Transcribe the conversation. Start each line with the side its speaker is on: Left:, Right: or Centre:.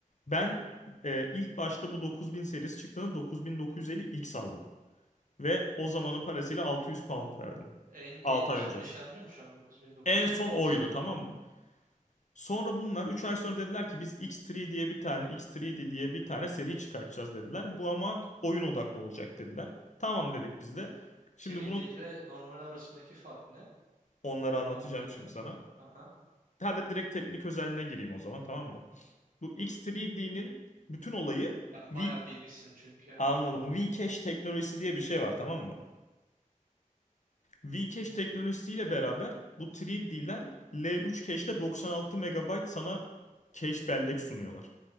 Left: ben e, ilk başta bu 9000 serisi çıktığında 9950 X aldım. Ve o zamanın parasıyla 600 pound verdim.
Right: En,
Left: altı
Right: en
Left: ay
Right: son
Left: önce.
Right: işlemci mi şu an 9950X?
Left: En son oydu tamam mı? Sonra bunlar 3 ay sonra dediler ki biz X3 diye bir tane X3D diye bir tane seri çıkartacağız dediler. Bu ama oyun odaklı olacak dediler. Tamam dedik biz de. Şimdi
Right: 3D
Left: bunu
Right: ile normal arasındaki fark ne?
Left: onlara anlatacağım
Right: AMD.
Left: şimdi sana.
Right: Aha.
Left: Hadi direkt teknik özelliğine gireyim o zaman tamam mı? Bu X3D'nin bütün olayı
Right: Ben
Left: V
Right: bayağı bilgisizim çünkü yani.
Left: anladım. Vcache teknolojisi diye bir şey var tamam mı? Vcache teknolojisiyle beraber bu 3D'ler L3 cache'de 96 megabayt sana cache bellek sunuyorlar.